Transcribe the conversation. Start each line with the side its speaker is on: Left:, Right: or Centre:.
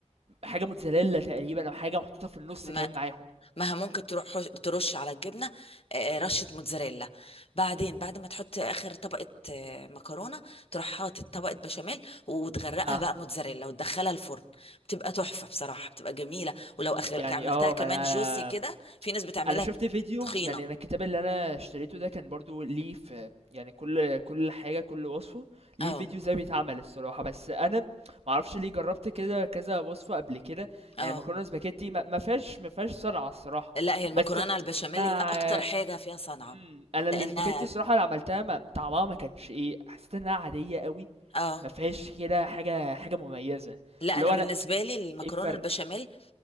Right: حاجة موتزاريلا تقريبا أو حاجة محطوطة في النص
Left: مم.
Right: كمان معاهم
Left: ما ممكن تروح حش- ترش على الجبنه آه، رشه موتزاريلا بعدين بعد ما تحط اخر طبقه آه، مكرونه تروح حاطط طبقه بشاميل وتغرقها
Right: اه
Left: بقى موتزاريلا وتدخلها الفرن بتبقى تحفه بصراحه بتبقى جميله ولو أخ...
Right: يعني
Left: عملتها
Right: اه
Left: كمان
Right: ما أنا
Left: جوسي كده في ناس بتعملها
Right: انا شفت فيديو
Left: تخينه
Right: يعني انا الكتاب اللي انا اشتريته ده كان برضو ليه في يعني كل كل حاجه كل وصفه
Left: اه
Right: ليه فيديو ازاي بيتعمل الصراحه بس انا ما اعرفش ليه جربت كده كذا وصفه قبل كده
Left: اه
Right: يعني مكرونه سباكيتي ما ما فيهاش ما فيهاش صنعه الصراحه
Left: لا هي المكرونه
Right: بس
Left: البشاميل
Right: ما
Left: هي اكتر حاجه فيها صنعه
Right: مم، انا السباكيتي
Left: لانها
Right: الصراحه اللي عملتها ما طعمها ما كانش ايه حسيت انها عاديه قوي
Left: اه
Right: ما فيهاش كده حاجه حاجه مميزه
Left: لا
Right: اللي
Left: انا
Right: هو
Left: بالنسبه
Right: انا
Left: لي المكرونه
Right: ايه الفرق
Left: البشاميل